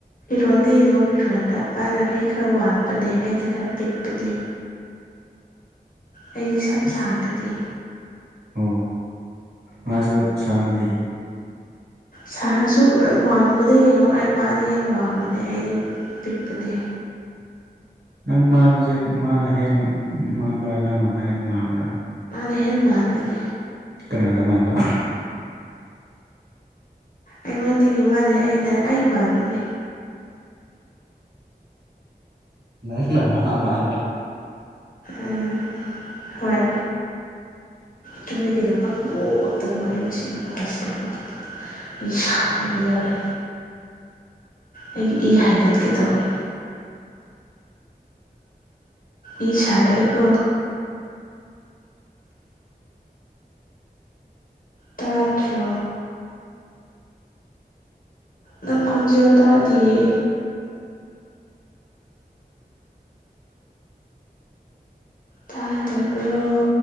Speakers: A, on the left; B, on the right.
A: ꯐꯤꯔꯣꯟꯗ ꯌꯦꯡꯉꯣ ꯐꯤꯔꯣꯟꯗ ꯃꯥꯅ ꯃꯤ ꯈꯔ ꯋꯥꯡꯕꯅꯦ ꯑꯩꯅ ꯈꯔ ꯄꯤꯛꯄꯅꯤ ꯑꯩꯗꯤ ꯁꯝ
B: ꯑꯁ
A: ꯁꯥꯡꯗꯗꯤ
B: ꯑꯣ ꯃꯥꯁꯨ ꯁꯥꯡꯉꯗꯤ
A: ꯁꯥꯔꯁꯨ ꯋꯥꯡꯕꯗ ꯌꯦꯡꯉꯣ ꯑꯩ ꯃꯥꯗꯤ ꯌꯥꯝ ꯋꯥꯡꯕꯅꯦ ꯑꯩꯗꯤ ꯄꯤꯛꯄꯅꯦ
B: ꯅꯪ ꯃꯥꯟꯕꯁꯦ ꯃꯥꯅ ꯍꯦꯟꯅ ꯃꯥꯡꯕ꯭ꯔꯥ ꯅꯪꯅ ꯍꯦꯟꯅ ꯃꯥꯟꯕ꯭ꯔꯥ
A: ꯃꯥꯅ ꯍꯦꯟ ꯃꯥꯟꯕꯅꯦ
B: ꯀꯅꯥꯒ ꯃꯥꯥꯟꯕ
A: ꯑꯩꯉꯣꯟꯗꯒꯤ ꯃꯥꯟꯅ ꯑꯩꯅ ꯑꯩ ꯃꯥꯟꯕꯅꯦ
B: ꯅꯪꯅ ꯃꯥ ꯃꯥꯟꯕ
A: ꯎꯝ ꯍꯣꯏ ꯆꯨꯝꯃꯤ ꯀꯩꯩꯅꯣ ꯄꯪꯅꯣꯛꯇ ꯅꯣꯛꯑꯦ ꯑꯩꯁꯤ ꯅꯨꯄꯥꯁꯤꯅꯀꯣ ꯑꯩ ꯁꯥꯎꯅꯤꯡꯒꯗꯧꯔꯦ ꯑꯩꯒꯤ ꯏ ꯍꯥꯏꯒꯠꯀꯗꯧꯔꯦ ꯏ ꯁꯥꯔꯛꯑꯦꯀꯣ ꯇꯥꯗ꯭ꯔꯣ ꯅꯪ ꯈꯣꯟꯖꯦꯜ ꯇꯥꯗꯤꯌꯦ ꯇꯥꯗꯕ꯭ꯔꯣ